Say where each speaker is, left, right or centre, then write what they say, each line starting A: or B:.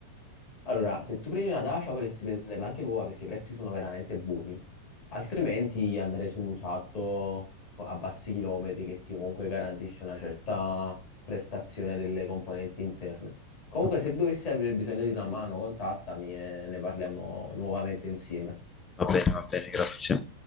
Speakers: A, on the left; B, on the left.
A: Allora, se tu prendi una Dacia vorresti prenderla anche nuova perché i prezzi sono veramente buoni, altrimenti andrei su un usato co- a bassi chilometri che ti comunque garantisce una certa prestazione delle componenti interne. Comunque,
B: Va
A: se dovessi avere bisogno di una mano, contattami e ne parliamo nuovamente insieme.
B: bene, va bene, grazie.